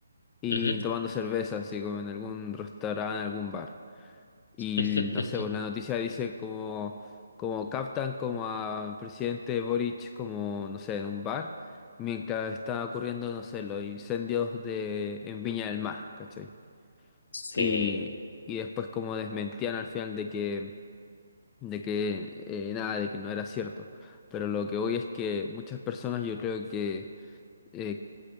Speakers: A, on the left; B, on the left.
A: y
B: ujú, ujú.
A: tomando cerveza, así como en algún restaurante, en algún bar. Y
B: <laughs>
A: no sé, pues la noticia dice como, como captan como al presidente Boric como, no sé, en un bar, mientras está ocurriendo, no sé, los incendios de, en Viña del Mar, ¿cachai?
B: Sí,
A: Y, y después como desmentían al final de que, de que eh, nada, de que no era cierto. Pero lo que hoy es que muchas personas yo creo que eh,